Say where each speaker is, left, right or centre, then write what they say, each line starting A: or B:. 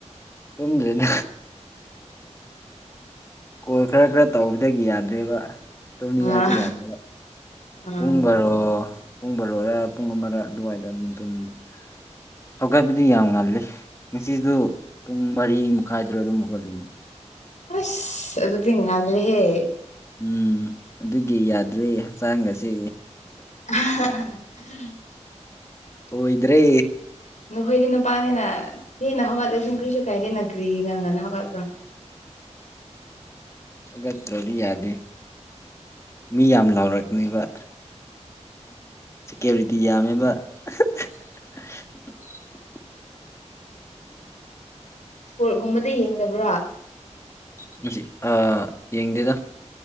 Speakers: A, on the left (about 25°); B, on the left (about 80°).
A: ꯇꯨꯝꯗ꯭ꯔꯦꯗ ꯀꯣꯜ ꯈꯔ ꯈꯔ ꯇꯧꯕꯗꯒꯤ ꯌꯥꯗ꯭ꯔꯦꯕ ꯇꯨꯝꯅꯤꯡꯉꯥꯏꯁꯨ
B: ꯑꯥ ꯑꯥ
A: ꯌꯥꯗꯦꯕ
B: ꯑꯥ
A: ꯄꯨꯡ ꯕꯔꯣ ꯄꯨꯡ ꯕꯔꯣꯔ ꯄꯨꯡ ꯑꯃꯔ ꯑꯗꯨꯋꯥꯏꯗ ꯑꯗꯨꯝ ꯇꯨꯝꯃꯦ ꯍꯧꯒꯠꯄꯗꯤ ꯌꯥꯝ ꯉꯜꯂꯦ ꯉꯁꯤꯗꯨ ꯄꯨꯡ ꯃꯔꯤ ꯃꯈꯥꯏꯗꯔ ꯑꯗꯨꯝ ꯍꯧꯒꯠꯂꯤꯗꯨꯗꯤ
B: ꯑꯁ ꯑꯗꯨꯗꯤ ꯉꯟꯂꯦꯍꯦ
A: ꯎꯝ ꯑꯗꯨꯒꯤ ꯌꯥꯗ꯭ꯔꯦ ꯍꯛꯆꯥꯡꯒꯁꯦ
B: ꯑꯍꯥꯍꯥ <unintelligible> <inaudible>
A: ꯑꯣꯏꯗ꯭ꯔꯦ
B: ꯅꯈꯣꯏꯗꯤ ꯅꯨꯄꯥꯅꯤꯅ ꯍꯦꯟꯅ ꯍꯧꯒꯠꯂꯁꯨ
A: ꯎꯝ
B: ꯀꯔꯤꯁꯨ ꯀꯥꯏꯗꯦꯅ ꯀ꯭ꯔꯤꯒꯤ ꯉꯟꯅ ꯉꯟꯅ ꯍꯧꯒꯠꯄ꯭ꯔꯥ
A: ꯍꯧꯒꯠꯇ꯭ꯔꯗꯤ ꯌꯥꯗꯦ ꯃꯤ ꯌꯥꯝ ꯂꯥꯎꯔꯛꯅꯤꯕ ꯁꯦꯀ꯭ꯌꯨꯔꯤꯇꯤ ꯌꯥꯝꯃꯦꯕ <unintelligible> <inaudible>
B: ꯁ꯭ꯄꯣꯔꯠꯒꯨꯝꯕꯗꯤ ꯌꯦꯡꯗꯕ꯭ꯔꯣ
A: ꯉꯁꯤ ꯑꯥ ꯌꯦꯡꯗꯦꯗ